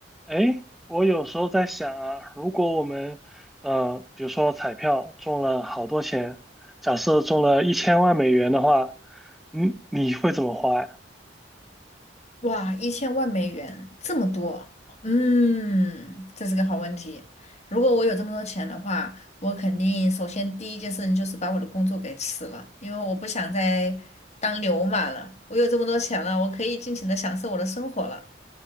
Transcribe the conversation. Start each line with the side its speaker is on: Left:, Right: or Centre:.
Centre: 哎，我有时候在想啊，如果我们，呃，比如说彩票中了好多钱，假设中了一千万美元的话，你你会怎么花呀？
Left: 哇，一千万美元这么多，嗯，这是个好问题。如果我有这么多钱的话，我肯定首先第一件事情就是把我的工作给辞了，因为我不想再当牛马了。我有这么多钱了，我可以尽情的享受我的生活了。